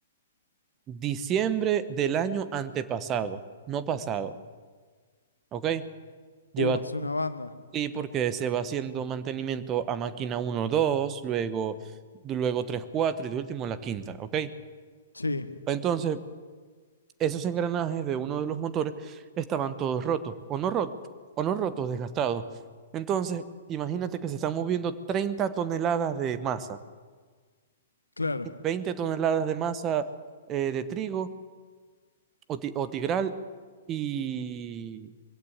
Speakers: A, on the right; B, on the left.
A: diciembre del año antepasado, no pasado. ¿Ok? Lleva
B: Uh, hace una banda.
A: Sí, porque se va haciendo mantenimiento a máquina uno dos luego, luego tres 4 y de último la quinta, ¿ok?
B: Sí,
A: Entonces, esos engranajes de uno de los motores estaban todos rotos, o no rotos, o no rotos, desgastados. Entonces, imagínate que se están moviendo 30 toneladas de masa,
B: claro.
A: 20 toneladas de masa eh, de trigo o, ti- o tigral y,